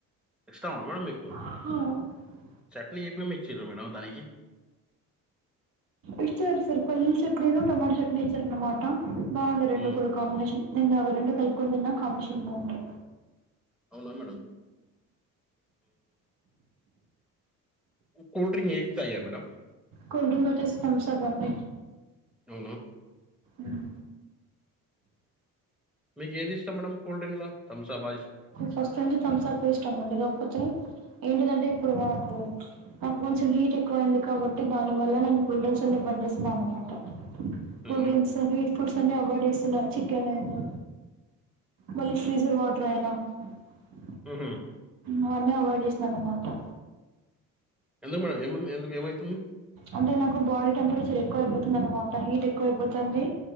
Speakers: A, in the centre; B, on the right.
A: ఇష్టమా మేడమ్ మీకు
B: హ
A: చట్నీ ఏవి మర్చర మేడం దానికి
B: ఇచ్చారు సార్ ఫల్ చట్నీ టొమాటో చట్నీ ఇచ్చరన్నమాట బాగుండ రెండు
A: హ్మ్.
B: కూడా కాంబినేషన్ నేను అవి రెండు కలుపుకొని తిన్నా కమిషన్ బాగుండే
A: అవునా మేడం కూల్డ్రింక్ ఏది తాగారు మేడం
B: కూల్‌డ్రింక్ వచ్చేసి థమ్స్ అప్ <unintelligible>
A: అవునా
B: ఉమ్
A: మీకు ఏది ఇష్టం మేడంమ్ కూల్ డ్రింక్ లా తంసాబా
B: ఫస్ట్ నుంచి తమ్సా ఇష్టమండి కాకపోతే ఏంటిదంటే ఇప్పుడు నాకు నాకు కొంచెం హీట్ ఎక్కువ అయింది కాబట్టి దాని వల్ల నేను కూల్ డ్రింక్స్ అ బంద్ చేసన్నాను అనమాట కూల్
A: ఉమ్.
B: డ్రింక్స్ స్వీట్ ఫుడ్స్ అనే అవయిడ్ చేస్త చికెన్ అయినా మళ్ళీ ఫ్రీజర్ వాటర్ అయినా అ
A: ఆహ
B: అవన్నీ అవాయిడ్ చేసిన అనమటా
A: ఎందుకు మేడం ఏమ ఎందుకు ఏమైతుంది
B: అంటే నాకు బాడ టెంపరేచర్ ఎక్కువ అయిపోతుంది అన్నమాట హీట్ ఎక్కువ అయిపోతుంది